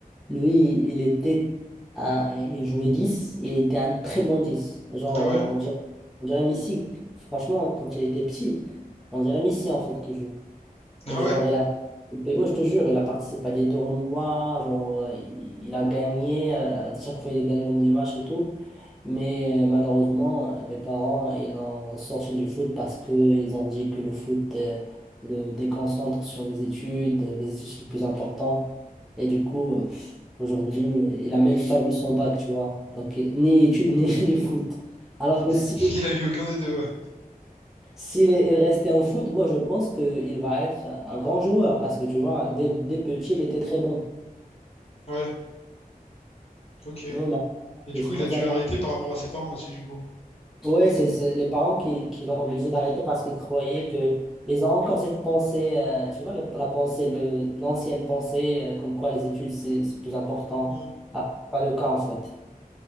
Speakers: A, in the centre; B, on the left (about 40°).
A: Lui, il était un- il jouait dix. et il était un très bon 10. Genre,
B: Ah ouais?
A: euh, on dirait, on dirait Messi, franchement, quand il était petit, on dirait Messi en fait qui joue. Et
B: Ah
A: genre,
B: ouais?
A: il a participé, ouais, je te jure, il a participé à des tournois, genre, euh, il, il a gagné, euh, à chaque fois il a gagné l'homme du match et tout. Mais euh, malheureusement, euh, mes parents, ils ont sorti du foot parce qu'ils ont dit que le foot euh, le déconcentre sur les études, euh, les études c'est le plus important. Et du coup, euh, pff, aujourd'hui, il a même pas eu son bac, tu vois. Donc, euh, ni études, <laughs> ni, ni foot. Alors que si
B: <laughs> Il a eu aucun des deux, ouais.
A: s'il est- il restait en foot, moi je pense qu'il va être un grand joueur parce que tu vois, dès, dès petit, il était très bon.
B: Ouais, ok.
A: Mais maintenant,
B: Et du
A: c'est
B: coup,
A: c'est
B: il
A: comme
B: a dû
A: ça.
B: arrêter par rapport à ses parents aussi, du coup.
A: Ouais, c'est c'est les parents qui, qui l'ont obligé d'arrêter parce qu'ils croyaient que ils ont encore cette pensée, euh, tu vois, la, la pensée de de l'ancienne pensée, euh, comme quoi les études c'est c'est plus important.
B: Mm.
A: Ah, c'est pas le cas en fait.